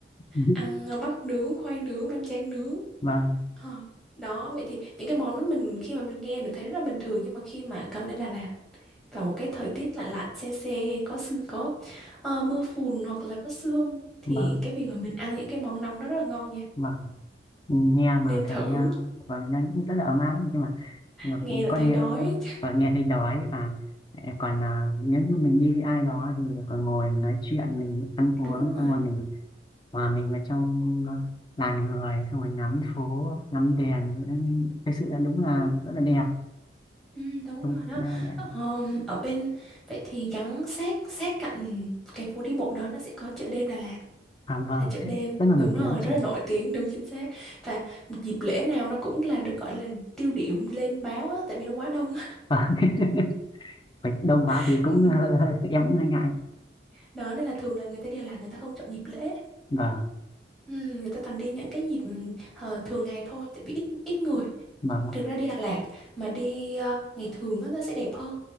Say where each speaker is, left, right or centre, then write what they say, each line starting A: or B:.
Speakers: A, on the left (about 25°); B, in the centre.
A: <laughs>
B: ăn ờ, bắp nướng khoai nướng bánh tráng nướng
A: vâng
B: Ờ, đó vậy thì những cái món đó mình khi mà mình nghe mình thấy rất là bình thường nhưng mà khi mà cần lên Đà Lạt vào một cái thời tiết lạnh lạnh se se có sương có ờ, mưa phùn hoặc là có sương thì
A: vâng
B: cái việc mà mình ăn những cái món nóng đó rất là ngon nha
A: vâng nghe mà
B: nên thử
A: thấy à, vâng nó cũng rất là ấm áp nhưng mà mà
B: nghe là
A: con
B: thấy
A: nhớ
B: đói
A: và nghe thấy đói và à, còn à, nếu như mình đi với ai đó thì còn ngồi nói chuyện mình ăn
B: <laughs>
A: uống
B: đúng rồi
A: xong rồi mình mà mình vào trong làn người xong rồi ngắm phố ngắm đèn nên thực sự là đúng là rất là đẹp
B: Ừ, đúng
A: đúng
B: rồi đó
A: rất là đẹp
B: Ờ, Ờm, ở bên vậy thì gắn sát sát cạnh cái phố đi bộ đó nó sẽ có chợ đêm Đà Lạt
A: à vâng
B: là chợ đêm
A: chứ rất là
B: đúng
A: nổi
B: rồi
A: tiếng
B: rất
A: chị
B: là nổi tiếng đúng chính xác và dịp lễ nào nó cũng là được gọi là tiêu điểm lên báo á, tại vì nó quá đông
A: vâng <laughs> phải đông quá
B: <laughs>
A: thì cũng
B: Ừ,
A: <laughs> em cũng hơi ngại
B: đó nên là thường là người ta đi Đà Lạt người ta không chọn dịp lễ
A: vâng
B: ừ, người ta toàn đi những cái dịp ờ, thường ngày thôi tại vì ít ít người
A: vâng ạ,
B: Thực ra đi Đà Lạt mà đi ờ, ngày thường á, nó sẽ đẹp hơn.